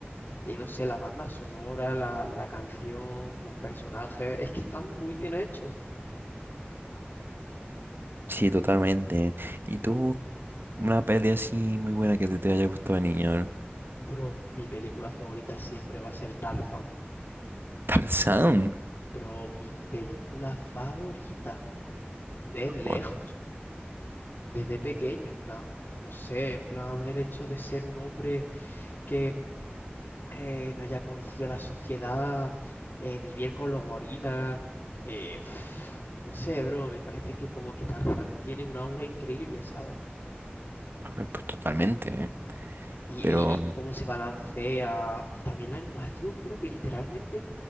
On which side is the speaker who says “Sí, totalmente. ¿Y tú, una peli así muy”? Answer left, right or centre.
Right